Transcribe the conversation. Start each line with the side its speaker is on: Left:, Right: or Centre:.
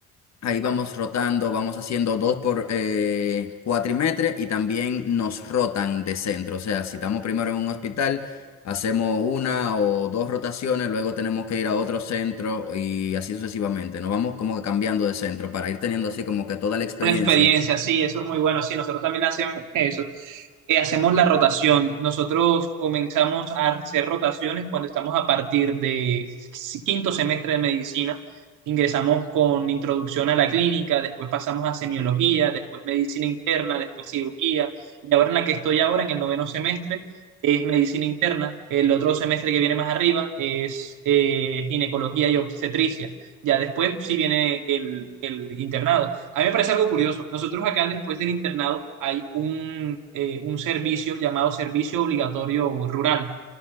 Left: ahí vamos rotando, vamos haciendo dos por eh, cuatrimestre y también nos rotan de centro, o sea, si estamos primero en un hospital, hacemos una o dos rotaciones, luego tenemos que ir a otro centro y así sucesivamente, nos vamos como que cambiando de centro para ir teniendo así como que toda la experiencia
Right: Una experiencia, sí, eso es muy bueno. Sí, nosotros también hacemos eso. Eh, hacemos la rotación. Nosotros comenzamos a hacer rotaciones cuando estamos a partir de s- quinto semestre de medicina. Ingresamos con introducción a la clínica, después pasamos a semiología, después medicina interna, después cirugía. Y ahora en la que estoy ahora, en el noveno semestre, es medicina interna. El otro semestre que viene más arriba es eh, ginecología y obstetricia. Ya después sí viene el el internado. A mí me parece algo curioso. Nosotros acá después del internado hay un, eh, un servicio llamado Servicio Obligatorio Rural